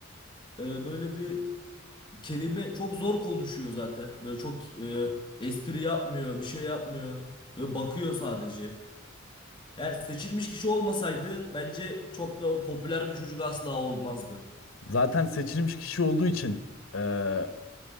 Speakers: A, on the left; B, on the left.
A: e, böyle bir kelime çok zor konuşuyor zaten. Böyle çok e, espri yapmıyor, bir şey yapmıyor. Böyle bakıyor sadece. Yani seçilmiş kişi olmasaydı bence çok da popüler bir çocuk asla olmazdı.
B: Zaten seçilmiş kişi olduğu için eee,